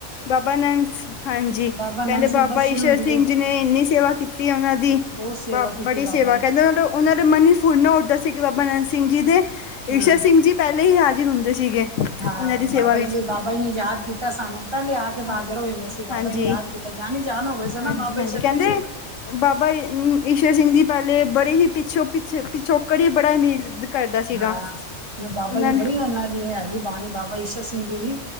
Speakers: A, on the left; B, on the right.
A: ਬਾਬਾ ਨੰਸ। ਹਾਂਜੀ,
B: ਬਾਬਾ ਨੰਦ
A: ਕਹਿੰਦੇ
B: ਸਿੰਘ
A: ਬਾਬਾ
B: ਬਰਸ਼ੀ
A: ਈਸ਼ਰ
B: ਹੁੰਦੀ
A: ਸਿੰਘ
B: ਏ
A: ਜੀ ਨੇ ਇੰਨੀ ਸੇਵਾ ਕੀਤੀ ਉਹਨਾਂ ਦੀ,
B: ਬਹੁਤ ਸੇਵਾ
A: ਬ,
B: ਕੀਤੀ
A: ਬੜੀ
B: ਬਾਬਾ
A: ਸੇਵਾ,
B: ਜੀ
A: ਕਹਿੰਦੇ ਓਹਨਾ ਉਹਨਾਂ ਦੇ ਮਨ ਈ ਫੁਰਨਾ ਉੱਠਦਾ ਸੀ, ਕਿ ਬਾਬਾ ਨੰਦ ਸਿੰਘ ਜੀ ਦੇ
B: ਹਾਂ
A: ਈਸ਼ਰ ਸਿੰਘ ਜੀ ਪਹਿਲੇ ਹੀ ਹਾਜ਼ਰ ਹੁੰਦੇ ਸੀਗੇ,
B: ਹਾਂ
A: ਉਹਨਾਂ ਦੀ ਸੇਵਾ
B: ਬਾਬਾ ਜੀ
A: ਵਿੱਚ।
B: ਬਾਬਾ ਜੀ ਨੇ ਯਾਦ ਕੀਤਾ ਸਾਨੂੰ ਤਾਂ ਲਿਆ ਕੇ
A: ਹਾਂ
B: ਹਾਜਰ ਹੋ ਗਏ ਸੀ, ਬਾਬਾ
A: ਹਾਂਜੀ
B: ਜੀ ਨੇ ਯਾਦ ਕੀਤਾ ਜਾਣੀ-ਜਾਨ ਹੋ ਗਏ ਸੀ ਨਾ,
A: ਹਾਂਜੀ
B: ਬਾਬਾ
A: ਹਾਂਜੀ
B: ਸ਼ਕਤੀ
A: ਕਹਿੰਦੇ
B: ਸੀ ਉਹਨਾਂ ਦੀ।
A: ਬਾਬਾ ਈਸ਼ਰ ਸਿੰਘ ਜੀ ਪਹਿਲੇ, ਬੜੇ ਹੀ ਪਿੱਛੋਂ, ਪਿੱਛ, ਪਿਛੋਕੜ ਹੀ ਬੜਾ ਅਮੀਰ ਕਰਦਾ ਸੀਗਾ
B: ਹਾਂ, ਨਾ ਬਾਬਾ
A: ਉਹਨਾਂ
B: ਜੀ ਬੜੀ
A: ਨੇ
B: ਉਹਨਾਂ ਦੀ ਹੈਗੀ ਬਾਣੀ, ਬਾਬਾ ਈਸ਼ਰ ਸਿੰਘ ਦੀ ਵੀ।